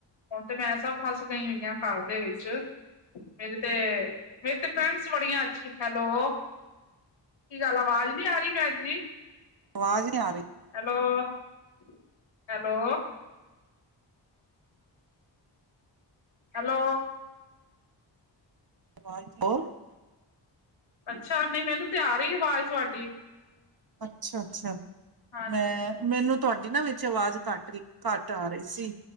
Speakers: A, on the left (about 90°); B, on the right (about 55°).
A: ਹੁਣ ਤੇ ਮੈਂ ਤੇ ਐਸਾ ਫਸ ਗਈ ਹੋਈ ਹਾਂ ਘਰ ਦੇ ਵਿੱਚ ਮੇਰੇ ਤੇ ਮੇਰੀਆਂ ਤੇ ਫਰੈਂਡਸ ਬੜੀਆਂ ਅੱਛੀਆ ਹੈਲੋ? ਕੀ ਗੱਲ ਆਵਾਜ਼ ਨੀ ਆ ਰਈ ਭੈਣ ਜੀ?
B: ਆਵਾਜ਼ ਨੀ ਆ ਰਈ।
A: ਹੈਲੋ-ਹੈਲੋ ਹੈਲੋ
B: <unintelligible>
A: ਅੱਛਾ ਨਈ ਮੈਨੂੰ ਤ ਆ ਰਈ ਆਵਾਜ਼ ਤੁਹਾਡੀ।
B: ਅੱਛਾ, ਅੱਛਾ
A: ਹਾਂਜੀ
B: ਮੈਂ ਮੈਨੂੰ ਤੁਹਾਡੀ ਨਾ ਵਿੱਚ ਆਵਾਜ਼ ਘੱਟ, ਘੱਟ ਆ ਰਹੀ ਸੀ